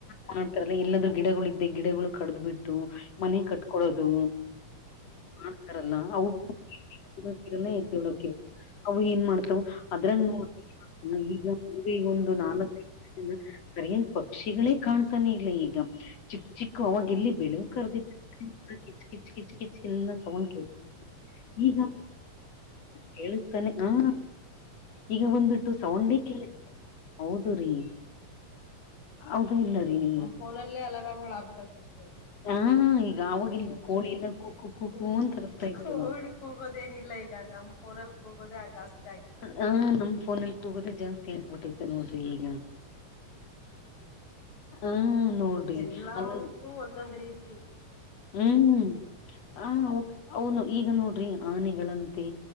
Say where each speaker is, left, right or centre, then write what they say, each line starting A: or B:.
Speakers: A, on the left; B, on the left.
A: ಮಾಡ್ತಾರಲ್ಲ ಇಲ್ಲಂದ್ರ ಗಿಡಗಳು ಇದ್ದು ಗಿಡಗಳು ಕಡ್ದ್ ಬಿಟ್ಟು ಮನೆ ಕಟ್ಕೊಡೋದು ಮಾಡ್ತಾರಲ್ಲ <unintelligible> ಅವು ಏನ್ ಮಾಡ್ತಾವ ಅದ್ರಂಗ ನೋಡ್ರ ಹ ಈಗ ಈಗ ಒಂದು ನಾಲ್ಕು ಸರಿ ಹೆಂಗ ಪಕ್ ಪಕ್ಷಿಗಳೇ ಕಾಣ್ತಾನೆ ಇಲ್ಲ ಈಗ ಚಿಕ್ಕ ಚಿಕ್ಕ ಅವಾಗ ಎಲ್ಲಿ ಬೆಳ ಕರ್ದಿ <unintelligible> ಕಿಚ್ ಕಿಚ್ ಕಿಚ್ ಕಿಚ್ ಇಂದ ಸೌಂಡ್ ಕೇಳ್ತಿತ್ತು ಈಗ ಕೇಳ್ ಸರಿ ಆ ಈಗ ಒಂದ್ಬಿಟ್ಟು ಸೌಂಡೇ ಕೇಳಿಸ ಹೌದು ರೀ. ಹೌದ ಇಲ್ಲ ರೀ ನಿಮ್ದ
B: ಫೋನಲ್ಲೇ ಅಲಾರಾಮ್ಗಳ ಆಗ್ಬಿಟ್ಟತಾ ಚು
A: ಹಾ ಈಗ ಆವಾಗಿಲ್ಲಿ
B: ಏನಂತೀರ.
A: ಕೋಳಿ ಎಲ್ಲ ಕು ಕು ಕು
B: ಹ್ಮ್
A: ಕು ಅಂತ ಅರಸ್ತಾ ಇತ್ತು
B: ಕೋಳಿ ಕೂಗೋದೇನಿಲ್ಲ ಈಗ ನಮ್ ಫೋನಲ್ ಕೂಗೋದ ಆ ಜಾಸ್ತಿ
A: ಹ್ಮ ನಮ್ ಫೋನಲ್ಲಿ ಕೂಗೋದೇ ಜಾಸ್ತಿ. <unintelligible> ನೋಡ್ರಿ ಈಗ. ಹಾ ನೋಡ್ರಿ
B: ಏಲಾವುಕ್ಕು
A: ಅಲ್ಲ
B: ಒಂದೊಂದ್ ರೀತಿ.
A: ಹ್ಮ್ ಹ ಅವ್ನು ಈಗ ನೋಡ್ರಿ ಆನೆಗಳಂತೆ